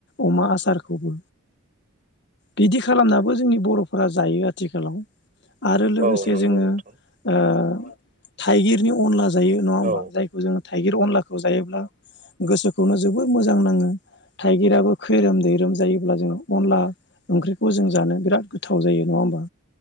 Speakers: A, on the left (about 55°); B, on the right (about 40°).
A: अमा आसारखौबो। बिदि खालामनाबो जोंनि बरफोरा जायो आथिखाला आरो लोगोसे
B: औ नंगौ
A: जोङो
B: नोंथां
A: ओ थाइगिरनि अनलाज जायो नङा होमबा
B: औ
A: जायखौ जोङो थाइगिर अनलाखौ जायोब्ला गोसोखौनो जोबोर मोजां नाङो। थाइगिराबो खैरोम दैैरोम जायोब्ला जों अनला ओंख्रिखौ जों जानो बिराद गोथाव जायो नङा होमबा